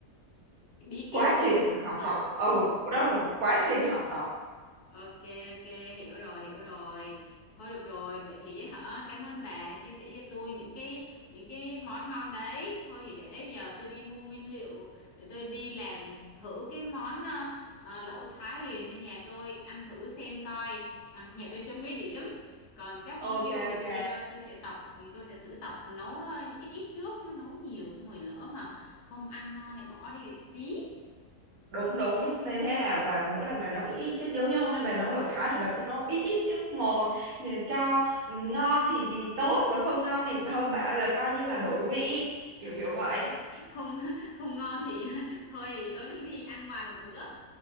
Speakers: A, on the left (about 85°); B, on the right (about 70°).
A: bí
B: quá
A: kíp hả
B: trình học
A: Ờ,
B: tập ừ đó là một quá trình học tập
A: Ok ok hiểu rồi hiểu rồi thôi được rồi vậy thì hả cảm ơn bà đã chia sẻ cho tôi những cái những cái món ngon đấy thôi thì để giờ tôi đi mua nguyên liệu để tôi đi làm thử cái món ờ, ờ, lẩu Thái liền cho nhà tôi ăn thử xem coi à, nhà tôi chấm mấy điểm còn chắc bún
B: ok
A: riêu thì
B: ok
A: tôi ờ, tôi sẽ tập tôi sẽ thử tập nấu ờ, ít ít trước chứ nấu nhiều xong rồi lỡ mà không ăn ngon lại bỏ đi lại phí
B: đúng đúng nên thế là bà mỗi lần bà nấu ít ít chứ giống như hôm nay bà nấu lẩu thái thì bà cũng nấu ít ít chút một cho ngon thì thì tốt mà không ngon thì thôi bảo là coi như là đổi vị kiểu
A: ừ
B: kiểu vậy
A: không <laughs> không ngon thì <laughs> thôi tối nay đi ăn ngoài một bữa